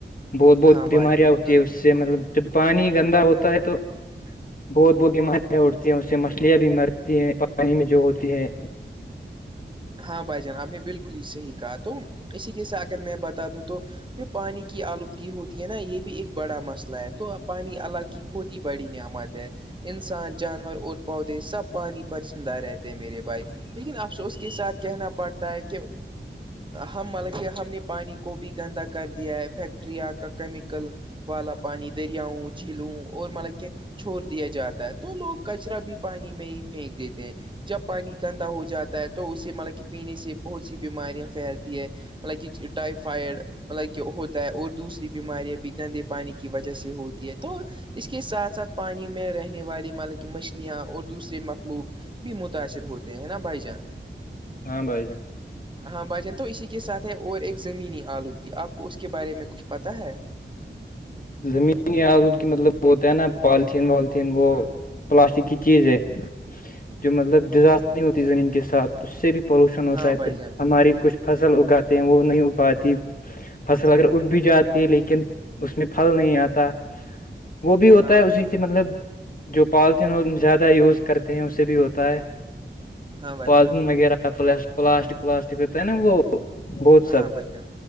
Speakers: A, on the left; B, on the right.
A: بہت بہت
B: ہاں بھائی
A: بیماریاں
B: بالکل
A: ہوتی ہے اس سے مطلب ج پانی گندا ہوتا ہے تو بہت بہت بیمارارییاں اڑتی ہیں اس سے مچھلیاں بھی مرتی ہیں پانی میں جو ہوتی ہے
B: ہاں بھائی جان آپ نے بالکل ہی صحیح کہا تو اسی کے س اگر میں بتا دوں تو تو پانی کی آلودگی ہوتی ہے نا یہ بھی ایک بڑا مسئلہ ہے تو پانی ال کی بہت ہی بڑی نعمت ہے انسان جانور اور پودے سب پانی پر زندہ رہتے ہیں میرے بائک لیکن افسوس کے ساتھ کہنا پڑتا ہے کہ ہم ملب کہ ہم نے پانی کو بھی گندا کر دیا ہے فیکٹریاں کا کیمیکل والا پانی دریاؤں جھیلوں اور مطلب کہ چھوڑ دیا جاتا ہے تو لوگ کچرا بھی پانی میں ہی پھینک دیتے ہیں جب پانی گندا ہو جاتا ہے تو اسے مطلب کہ پینے سے بہت سی بیماریاں پھیلتی ہے مطلب کہ ٹائفائڈ مطلب کہ ہوتا ہے اور دوسری بیماریاں بھی گندے پانی کی وجہ سے ہوتی ہے تو اس کے ساتھ ساتھ پانی میں رہنے والے ملک مچھلیاں اور دوسرے مخلوق بھی متاثر ہوتے ہیں نا بھائی جان
A: ہاں بائی جان
B: ہاں بھائی جان تو اسی کے ساتھ ہے اور ایک زمینی آلودگی آپ کو اس کے بارے میں کچھ پتاہ ہے
A: زمین آرود کی مطلب وہ ہوتا ہے نا پالتھیین والیتھیین وہ پلاسٹک کی چیز ہے جو مطلب ڈیزاسٹر نہیں ہوتی زمین کے ساتھ اس سے بھی پولوشن ہوتا
B: ہاں
A: ہے
B: بھائی
A: پھر
B: جان
A: ہماری کچھ فصل اگاتے ہیں وہ نہیں اگ پاتی فصل اگر اگ بھی جاتی ہے لیکن اس میں پھل نہیں آتا وہ بھی ہوتا
B: ہاں بھائی
A: ہے اسی
B: جان
A: سے مطلب جو پالتین زیادہ یوز کرتے ہیں اسے بھی ہوتا ہے
B: ہاں بھائی
A: پالیتین
B: جان
A: وغیرہ پلاسٹک پلاسٹک ہوتا ہے نا وہ بت سب
B: ہاں بھائی جان